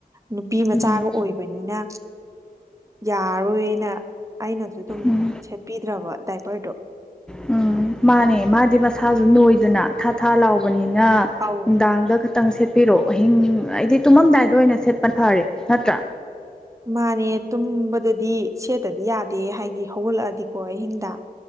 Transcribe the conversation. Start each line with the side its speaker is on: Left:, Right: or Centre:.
Right: ꯅꯨꯄꯤ ꯃꯆꯥꯒ
Centre: ꯎꯝ
Right: ꯑꯣꯏꯕꯅꯤꯅ ꯌꯥꯔꯣꯏꯅ ꯑꯩꯅꯁꯨ ꯑꯗꯨꯝ
Centre: ꯎꯝ
Right: ꯁꯦꯠꯄꯤꯗ꯭ꯔꯕ ꯗꯥꯏꯄꯔꯗꯣ
Centre: ꯎꯝ ꯃꯥꯅꯦ ꯃꯥꯗꯤ ꯃꯁꯥꯁꯨ ꯅꯣꯏꯗꯅ ꯊꯥ ꯊꯥ ꯂꯥꯎꯕꯅꯤꯅ
Right: ꯑꯧ
Centre: ꯅꯨꯡꯗꯥꯡꯗ ꯈꯤꯇꯪ ꯁꯦꯠꯄꯤꯔꯛꯑꯣ ꯑꯍꯤꯡ ꯍꯥꯏꯗꯤ ꯇꯨꯝꯃꯝꯗꯥꯏꯗ ꯑꯣꯏꯅ ꯁꯦꯠꯄ ꯐꯔꯦ ꯅꯠꯇ꯭ꯔꯥ
Right: ꯃꯥꯅꯦ ꯇꯨꯝꯕꯗꯗꯤ ꯁꯦꯠꯇꯗꯤ ꯌꯥꯗꯦ ꯍꯥꯏꯗꯤ ꯍꯧꯒꯠꯂꯛꯑꯗꯤꯀꯣ ꯑꯍꯤꯡꯗ